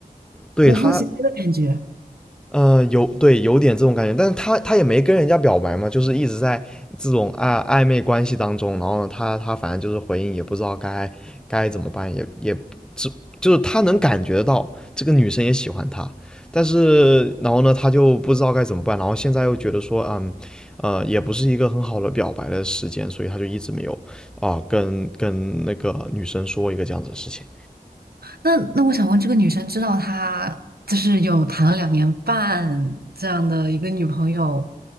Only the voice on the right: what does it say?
无缝衔接的感觉？
那那我想问，这个女生知道她就是有谈了两年半这样的一个女朋友，